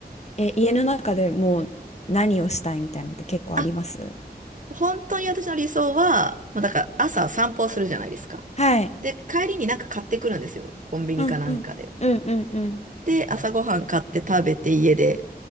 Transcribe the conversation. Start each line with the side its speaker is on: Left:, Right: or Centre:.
Left: え、家の中でもう何をしたいみたいなのって結構あります
Right: あ、本当に私の理想は、まあ、だから朝散歩するじゃないですか。
Left: はい。
Right: で、帰りになんか買ってくるんですよ。コンビニかなんかで。
Left: うんうん。うんうんうん
Right: で、朝ごはん買って食べて家で、